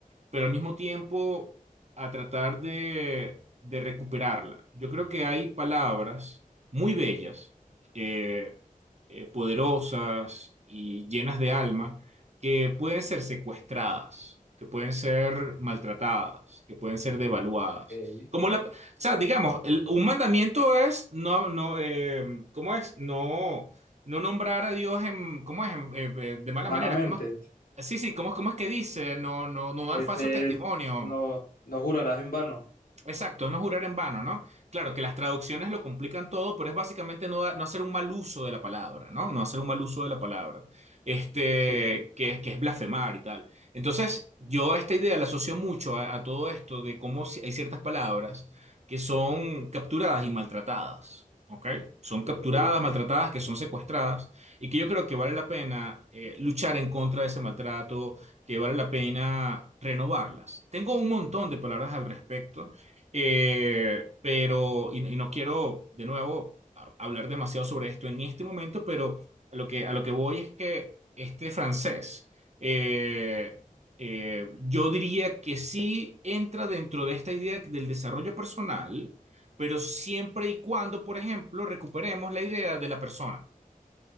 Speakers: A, on the right (about 50°); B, on the left (about 85°).
A: pero al mismo tiempo a tratar de, de recuperarla. Yo creo que hay palabras muy bellas, eh, eh, poderosas y llenas de alma, que pueden ser secuestradas, que pueden ser maltratadas, que pueden ser devaluadas.
B: eh,
A: Como la, o sea, digamos, el- un mandamiento es no, no, eh, ¿cómo es? No, no nombrar a Dios en, ¿cómo es? En- eh, eh, de mala
B: vanamente,
A: manera. Sí, sí, ¿cómo, es- cómo es que dice? No, no, no dar
B: ese
A: falso testimonio.
B: es, no, no jurarás en vano.
A: Exacto, no jurar en vano, ¿no? Claro que las traducciones lo complican todo, pero es básicamente no, da- no hacer un mal uso de la palabra, ¿no? No hacer un mal uso de la palabra, este,
B: Sí, sí,
A: que, que es blasfemar y tal. Entonces, yo esta idea la asocio mucho a, a todo esto de cómo si- hay ciertas palabras que son capturadas y maltratadas, ¿ok? Son capturadas,
B: ok,
A: maltratadas, que son secuestradas y que yo creo que vale la pena eh, luchar en contra de ese maltrato, que vale la pena renovarlas. Tengo un montón de palabras al respecto. Eh, pero, y, y no quiero de nuevo a- hablar demasiado sobre esto en este momento, pero a lo que, a lo que voy es que este francés, eh, eh, yo diría que sí entra dentro de esta idea del desarrollo personal, pero siempre y cuando, por ejemplo, recuperemos la idea de la persona.